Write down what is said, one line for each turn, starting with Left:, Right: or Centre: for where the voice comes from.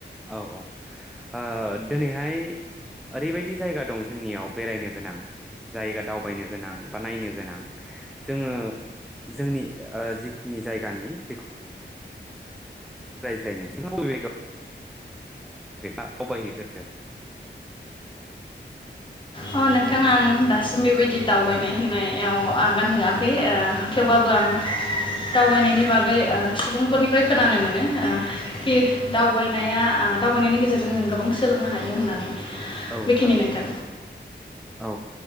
Centre: औ ओ दिनैहाय ओरैबायदि जायगा दं जोंनियाव बेरायनो गोनां जायगा दावबायनो गोनां बा नायनो गोनां जोङो जोंनि ओ जिखिनि जायगानि बेखौ रायज्लायनोसै बबे जायगायाव दावबायहैफेरखो
Left: अ नोंथाङा आं दासिम बेबायदि दावबायनाय होननायाव आगान होआखै ओ थेवबाबो आं दावबायनायनि बागै ओ सुबुंफोरनिफ्राय खोनानो मोनो खि दावबायनाया दावबायनायनि गेजेरजों जों गोबां सोलोंनो हायो होननानै
Centre: औ
Left: बेखिनि
Centre: थारैनो
Left: नोंथां
Centre: औ